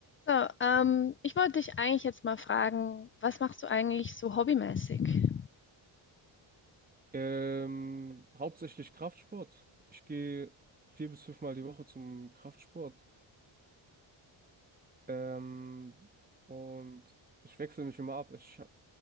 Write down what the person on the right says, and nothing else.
Ähm, hauptsächlich Kraftsport. Ich gehe vier bis fünfmal die Woche zum Kraftsport. Ähm, und ich wechsle mich immer ab. Ich hab,